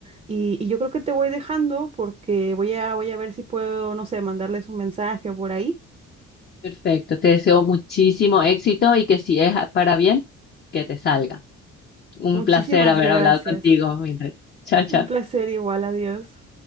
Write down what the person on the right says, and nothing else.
Y, y yo creo que te voy dejando porque voy a, voy a ver si puedo, no sé, mandarles un mensaje o por ahí.
Muchísimas
gracias.
Un placer igual, adiós.